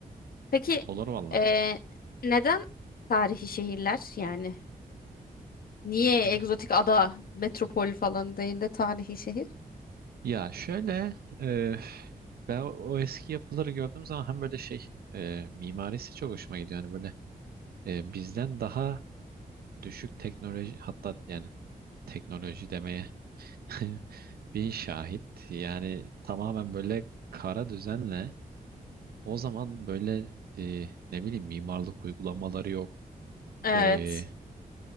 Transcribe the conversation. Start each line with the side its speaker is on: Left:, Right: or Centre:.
Left: Peki
Right: Olur valla.
Left: eee, neden tarihi şehirler yani? Niye
Right: Y-
Left: egzotik ada, metropol falan değil de tarihi şehir?
Right: Ya şöyle e, ben o eski yapıları gördüğüm zaman hem böyle şey e, mimarisi çok hoşuma gidiyor. Yani böyle e, bizden daha düşük teknoloji hatta yani teknoloji demeye <laughs> bin şahit. Yani tamamen böyle kara düzenle o zaman böyle e, ne bileyim mimarlık uygulamaları yok.
Left: Evet.
Right: E,